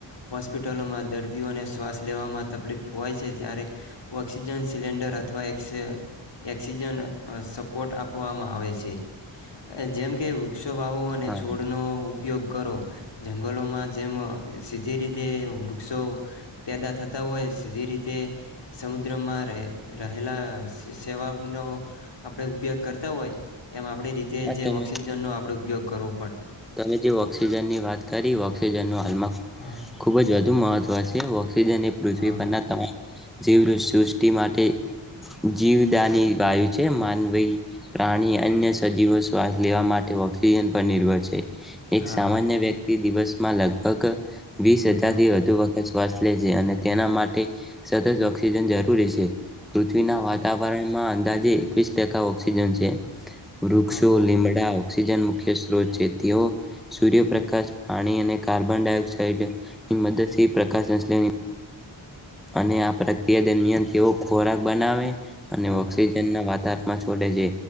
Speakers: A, on the left; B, in the centre.
A: હોૉસ્પિટલોમાં દર્દીઓને શ્વાસ લેવામાં તકલીફ હોય છે જ્યારે ઓક્સિજન સિલિન્ડર અથવા ઓક્સિજન સપોર્ટ આપવામાં આવે છે જેમ કે વૃક્ષોભાવો અને
B: હા
A: છોડનો ઉપયોગ કરો જંગલોમાં જેમ સીધી રીતે વૃક્ષો પેદા થતા હોય સીધી રીતે સમુદ્રમાં રહે રહેલા સેવાનો આપણે ઉપયોગ કરતા હોય એમ આપણી રીતે જે
B: તમે
A: ઓઑક્સિજનનું આપણેું ઉપયોગ કરો
B: તમે જે ઓક્સિજન ની વાત કરી ઓઑક્સિજન ન હાલમાં
A: હા
B: ખુબ જ વધુ મહત્વ છે વ થ્ પર
A: હા
B: તમા જ <inaudible> માટે જીવદાની વાયુ છે માનવી પ્રાણી અન્ય સજીવો શ્વાસ લેવા માટે ઓઑક્સિજન પર નિર્ભર છે એક
A: હા
B: સામાન્ય વ્યક્તિ દિવસ મા લગભગ વીસ હજાર
A: હા
B: થી વધુ વખત વાસ લ છે. અને તેના માટે સતત ઓક્સિજન જરૂરી છે. પૃથ્વીના
A: હા
B: વાતાવરણ માં અંદાજ જે એકવીસ ટકા ઓક્સિજન છે. વૃક્ષો
A: હા હા હા હા
B: લીમડાઓ ઓક્સિજન મુખ્ય સત્રોત છે. તેઓ સૂર્યપ્રકાશ પાણી અને કાર્બન ડાયોક્સાઇડની મદદથી પ્રકાશ સંશ અને આ પ્રક્રિયા દરમિયાન તેઓ ખોરાક બનાવે અને
A: હા
B: ઓક્સિજન
A: હા
B: ના વાત ધારમાં છોડે છે.